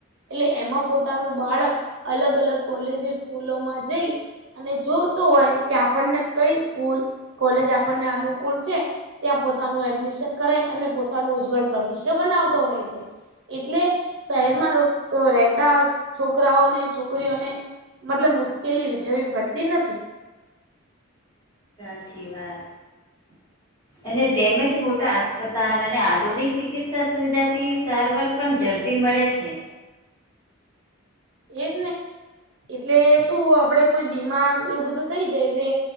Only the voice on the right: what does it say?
એટલે એમાં પોતાનું બાળક અલગ-અલગ કોલેજ સ્કૂલોમાં જઈ. અને જોતો હોય કે, આપણને કઈ સ્કૂલ કોલેજ આપણને અનુકૂળ છે. ત્યાં પોતાનું એડમિશન કરાય, અને પોતાનું ઉજ્જવલ ભવિષ્ય બનાવતો હોય છે. એટલે શહેરમાં રહેતા, છોકરાઓને, છોકરીઓને મતલબ, મુશ્કેલી વઠવી પડતી નથી.
હ.
એજ ને, એટલે શું આપડે કોઈ બીમાર એવું બધું થઈ જાય એટલે.